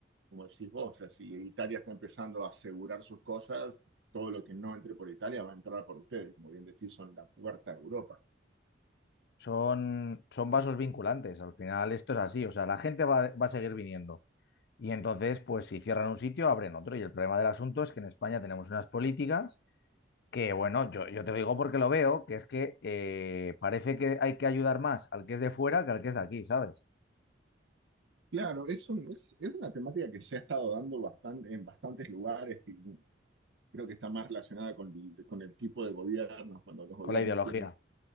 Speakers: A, on the right (about 75°); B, on the left (about 60°).
A: como decís vos, o sea, si Italia está empezando a asegurar sus cosas, todo lo que no entre por Italia va a entrar por ustedes, como bien decís, son la puerta de Europa.
B: Son, son vasos vinculantes, al final esto es así, o sea, la gente va, va a seguir viniendo. Y entonces, pues si cierran un sitio, abren otro. Y el problema del asunto es que en España tenemos unas políticas que, bueno, yo, yo te lo digo porque lo veo, que es que eh, parece que hay que ayudar más al que es de fuera que al que es de aquí, ¿sabes?
A: Claro, es, un- es, es una temática que se ha estado dando bastante, en bastantes lugares, que creo que está más relacionada con el, con el tipo de gobiernos, cuando los gobiernos
B: Con la ideología.
A: tienen